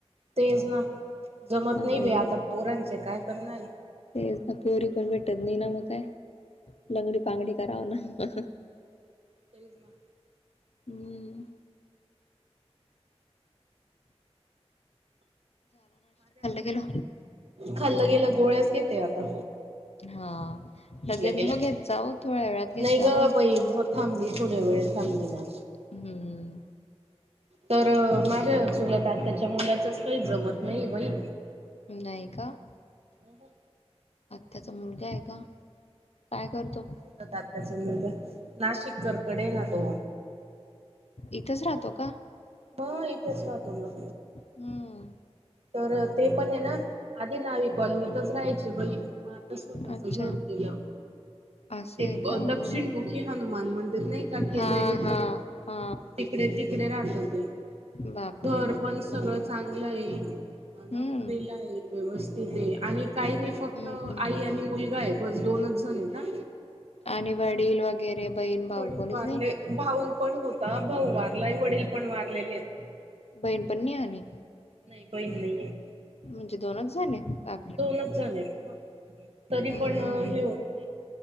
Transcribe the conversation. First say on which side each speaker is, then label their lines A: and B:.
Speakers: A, on the right; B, on the left.
A: तेच ना जमत
B: हा
A: नई बई
B: ना
A: आता पोरांचे काय करणारे
B: तेच पोरी पण भेटत नाही ना मग काय लंगडी पांगडी करावं ना.
A: तेच ना.
B: हम् गेलं?
A: खाल्लं गेलं गोळ्याच घेते आता.
B: हा
A: घेतल्या
B: लगेच
A: गेल्या
B: नको घेत जाऊ थोड्या वेळात घेत
A: नाही
B: जा
A: ग
B: ना.
A: बाई थांबली थोड्या वेळ थांबली ना.
B: हम्म.
A: तर माझ्या चुलत आत्याच्या मुलाचच काही जमत नाही बाई.
B: नाही का.
A: अ हं.
B: आत्ताचा मुलगा आहे का काय करतो.
A: चुलत आत्याचा मुलगा नाशिक करकडे ना तो.
B: इथंच राहतो का.
A: होय इथेच राहतो ना.
B: हम्म
A: तर ते पण आहे ना आधी नावी कॉलनीतच राहायची बाई. माज स्वतःच
B: अच्छा
A: घर केलं
B: असं
A: ते
B: आहे का
A: अ दक्षिण
B: हा.
A: मुख. हे हनुमान मंदिर नाही का केंद्रीय
B: हा
A: विद्यालय.
B: हा हा
A: तिकडे तिकडे राहतो मी
B: बापरे!
A: घर पण सगळं चांगलं आहे.
B: हम्म.
A: नोकरीला आहे व्यवस्थित आहे आणि काही नाही फक्त
B: हम्म
A: आई
B: हम्म
A: आणि. मुलगा आहे पण दोनच झाले ना.
B: आणि वडील वगैरे. बहीण भाऊ
A: वडील
B: कोणीच
A: वारले
B: नाही?
A: भाऊ पण होता भाऊ वारलाय वडील पण वारलेले आहेत.
B: बहीण पण नाहानी.
A: नाही बहीण नाही आहे.
B: म्हणजे दोनच झाले का.
A: दोनच झाले तरी
B: हम्म.
A: पण हे होते.